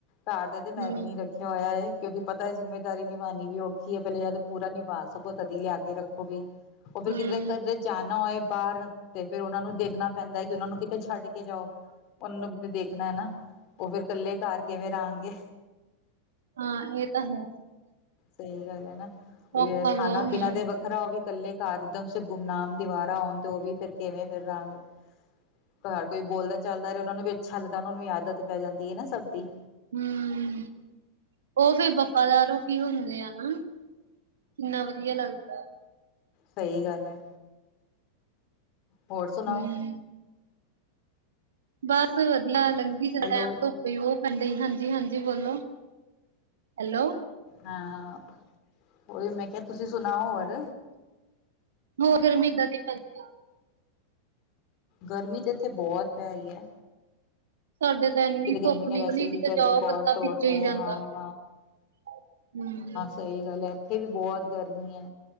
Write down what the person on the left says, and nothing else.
ਘਰ ਤੇ ਤੇ ਮੈਂ
ਵੀ ਨੀ ਰੱਖੀ। ਹੋਇਆ ਐ ਕਿਉਕਿ ਪਤਾ ਜਿੰਮੇਦਾਰੀ ਨਿਭਾਣੀ ਵੀ ਔਖੀ, ਹੈਏ ਪਹਿਲੇ ਜਦ ਪੂਰਾ ਨਿਭਾ ਸਕੋ, ਤਦੀ ਲਿਆ ਕੇ ਰੱਖੋ ਵੀ ਉਹ <unintelligible>
ਜਾਣਾ ਹੋਏ ਬਾਹਰ, ਤੇ ਫੇਰ ਉਹਨਾ ਨੂੰ ਦੇਖਣਾ ਪੈਂਦਾ ਹੈ, ਕਿ ਉਹਨਾਂ ਨੂੰ ਕਿੱਥੇ ਛੱਡ ਕੇ ਜਾਓ ਉਹਨ ਨੂੰ ਵੀ ਤਾਂ ਦੇਖ ਦੇਖਣਾ ਨਾ, ਓ ਫੇਰ ਕੱਲੇ ਘਾਰ ਫੇਰ ਕਿਵੇਂ ਰਾਂਗੇ।
ਸ‌ਈ ਗੱਲ ਐ ਹਨਾ, ਓਈਓ
ਖਾਣਾ
ਪੀਣਾ
ਤੇ ਵ ਖਰਾ ਓ ਵੀ ਕੱਲੇ ਘਾਰ ਇਕਦਮ ਸੇ ਗੁਮਨਾਮ ਦੀਵਾਰਾ ਆਉਣ ਤੇ, ਓ ਵੀ ਫੇਰ ਕਿਵੇਂ ਫੇਰ ਰਾਂਗੇ। ਘਾਰ ਕੋਈ ਬੋਲਦਾ ਚੱਲਦਾ ਰ‌ਏ, ਓਨਾ ਨੂੰ ਵੀ ਅੱਛਾ ਲੱਗਦਾ। ਓਨਾਂ ਨੂੰ ਵੀ ਆਦਤ ਪੈ ਜਾਂਦੀ ਏ ਨਾ ਸਭ ਦੀ।
ਸ‌ਈ ਗੱਲ ਐ। ਹੋਰ ਸੁਣਾਓ?
ਹੈਲੋ
ਹਾਂ ਓਈ ਓ ਮੈਂ ਕਿਆ, ਤੁਸੀਂ ਸੁਣਾਓ ਹੋਰ?
ਗਰਮੀ ਤੇ ਏਥੇ ਬੋਤ ਪੈ ਰੀ ਐ।
ਗਰਮੀ ਨੇ
ਵੈਸੇ ਹੀ
ਰਿਕਾਰਡ
ਤੋੜਤਾ
ਹੈ
ਹਾਂ
ਸ‌ਈ ਗੱਲ ਐ, ਏਥੇ ਵੀ ਬੋਤ ਗਰਮੀ ਐ।